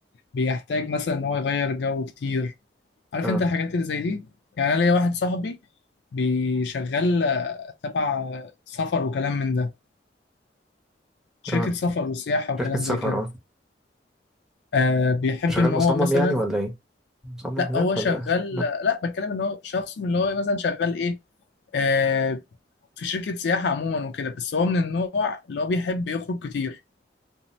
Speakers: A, on the left (about 65°); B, in the centre.
A: بيحتاج مثلا ان هو يغير جو كتير عارف
B: اه
A: انت الحاجات اللي زي دي يعني انا ليا واحد صاحبي بيشغل آه، تبع سفر وكلام من ده شركه
B: اه
A: سفر وسياحه وكلام
B: شركة سفر
A: زي كده
B: اه
A: آه بيحب
B: شغال
A: ان هو
B: مصمم
A: مثلا
B: يعني ولا ايه؟ مصمم
A: لا
B: هناك
A: هو شغال
B: ولا ماك
A: لا بتكلم ان هو شخص من اللي هو مثلا شغال ايه آه، في شركة سياحة عموما وكده بس هو من النوع اللي هو بيحب يخرج كتير